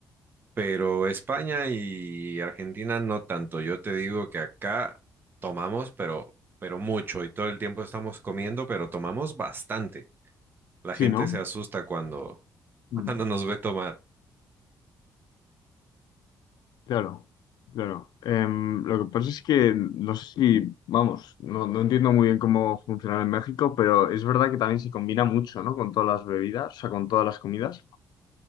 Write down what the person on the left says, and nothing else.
Sí,
¿no?
Mm.
Claro, claro. Em, lo que pasa es que no sé si, vamos, no, no entiendo muy bien cómo funciona en México, pero es verdad que también se combina mucho, ¿no? Con todas las bebidas, o sea, con todas las comidas.